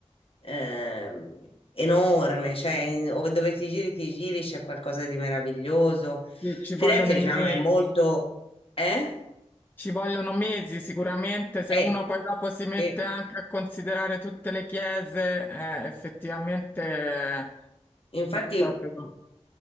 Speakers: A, on the left (about 55°); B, on the left (about 15°).
A: ehm, enorme, cioè in- ov- dove ti giri, ti giri, c'è qualcosa di meraviglioso.
B: sì, ci
A: Firenze,
B: vogliono
A: diciamo,
B: i mesi,
A: è molto... Eh?
B: ci vogliono mesi sicuramente, se
A: Eh,
B: uno poi dopo si mette
A: e
B: anche a considerare tutte le chiese, eh, effettivamente
A: infatti
B: eh, è proprio...